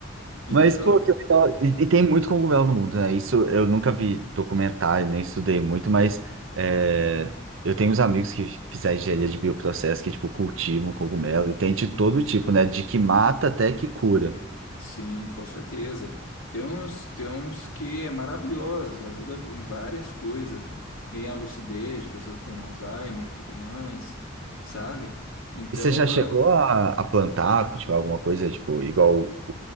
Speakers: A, on the left; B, on the right.
A: Então.
B: Mas, pô, que legal. E, e tem muito cogumelo no mundo, né? Isso eu nunca vi documentário, nem estudei muito, mas é, eu tenho uns amigos que fizeram engenharia de bioprocesso que, tipo, cultivam cogumelo e tem de todo tipo, né? De que mata até que cura.
A: Sim, com certeza. Tem uns, tem uns que é maravilhoso, ajuda em várias coisas, ganhar lucidez, pessoa com Alzheimer, tudo mais, sabe? Então,
B: E você já chegou
A: ah,
B: a, a plantar, cultivar alguma coisa, tipo, igual